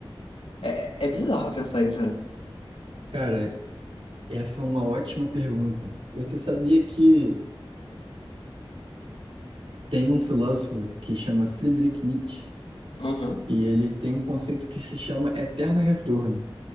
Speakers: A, on the left (about 75°); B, on the right (about 75°).
A: É, é bizarro pensar isso, né?
B: Cara, Essa é uma ótima pergunta. Você sabia que tem um filósofo que chama Friedrich Nietzsche
A: Aham.
B: e ele tem um conceito que se chama eterno retorno,